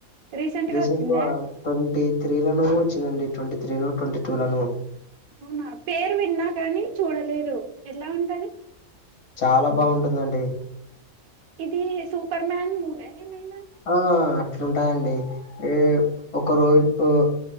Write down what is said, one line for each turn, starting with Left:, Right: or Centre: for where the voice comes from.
Right: రీసెంట్
Left: రీసెంట్గా
Right: గా వచ్చిందా
Left: ట్వంటీ త్రీ లను వచ్చిందండి. ట్వంటీ త్రీను ట్వంటీ టూ లను
Right: అవునా, పేరువిన్నా కాని చూడలేదు. ఎలా ఉంటది.
Left: చాలా బాగుంటుందండి.
Right: ఇది సూపర్మాన్ మూవీ ఏమైనా
Left: ఆ అట్లుంటాదండి ఎ ఒక రోజు